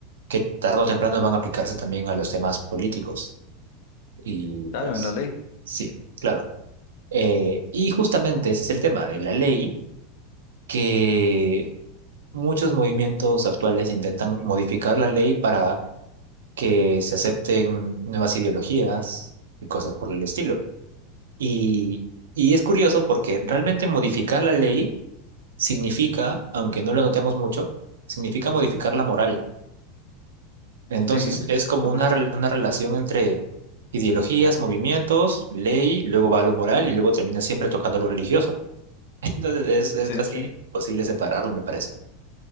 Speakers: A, on the right; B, on the left.
A: que tarde o temprano van a aplicarse también a los temas políticos. Y
B: claro,
A: pues,
B: en la ley.
A: sí, claro. Eh, y justamente ese es el tema de la ley, que muchos movimientos actuales intentan modificar la ley para que se acepten nuevas ideologías y cosas por el estilo. Y, y es curioso porque realmente modificar la ley significa, aunque no lo notemos mucho, significa modificar la moral. Entonces
B: Sí, por
A: es como una,
B: supuesto.
A: rel- una relación entre ideologías, movimientos, ley, luego va a lo moral y luego termina siempre tocando lo religioso. Entonces es, es
B: Sí,
A: casi
B: sí.
A: imposible separarlo, me parece.